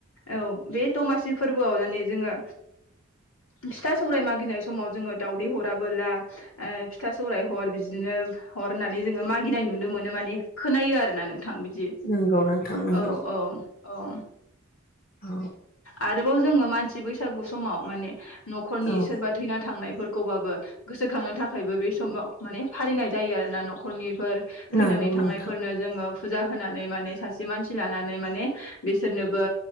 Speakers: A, on the left; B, on the left.
A: औ बे दमासि फोरबोआव माने जोङो फिथा सौराय मागिनाय समाव जोङो दाउदै हराबोला फिथा सौराय हर बिदिनो हर होननानै जोङो मागिनाय नुनो मोनो माने खोनायो आरोना नों थां बिदि
B: नंगौ नोंथां नंगौ
A: औ औ औ।
B: औ
A: आरोबाव जोङो मानसि बैसागु समाव माने न'खरनि
B: औ
A: सोरबा थैना थांनाय खौबाबो गोसोखांनो थाखायबो बे समाव माने फालिनाय जायो आरो ना न'खरनिफोर
B: नंगौ
A: थैनानै थांनायफोरनो
B: नोंथां
A: जोङो फुजा होनानै माने सासे मानसि लानानै माने बिसोरनोबो